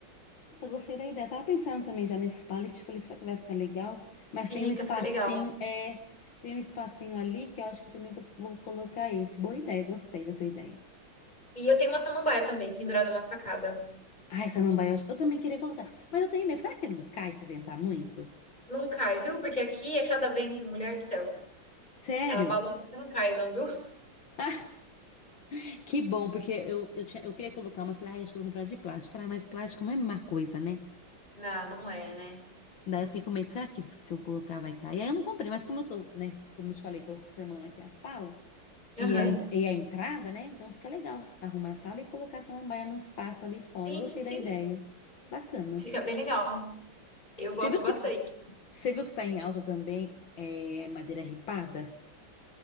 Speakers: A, on the left; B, on the left.
A: Nossa, eu gostei da ideia. Tava pensando também já nesse pallet. Falei, será que vai ficar legal? Mas
B: Fica,
A: tem um espacinho,
B: fica legal.
A: é, tem um espacinho ali que eu acho que eu também tô- vou colocar esse. Boa ideia, gostei da sua ideia.
B: E eu tenho uma samambaia também, pendurada na sacada.
A: Ai, samambaia, eu acho- eu também queria colocar. Mas eu tenho medo. Será que não cai se ventar muito?
B: Não cai, viu? Porque aqui é cada vento, mulher do céu.
A: Sério?
B: Ela balança, mas não cai, não, viu?
A: Ah, Que bom, porque eu, eu, tinha, eu queria colocar uma. Eu Falei, ai, acho que eu vou comprar de plástico. Eu Falei, ah, mas plástico não é uma coisa, né?
B: Não, não é, né?
A: Daí eu fiquei com medo, será que se eu colocar vai cair? Aí eu não comprei, mas como eu tô, né, como eu te falei, tô reformando aqui a sala.
B: Aham.
A: E a, en- e a entrada, né? Então fica legal arrumar a sala e colocar a samambaia num espaço ali fora.
B: Sim,
A: Gostei
B: sim.
A: da ideia. Bacana.
B: Fica bem legal. Eu gosto
A: Você viu
B: bastante.
A: que, você viu que tá em alta também é, madeira ripada?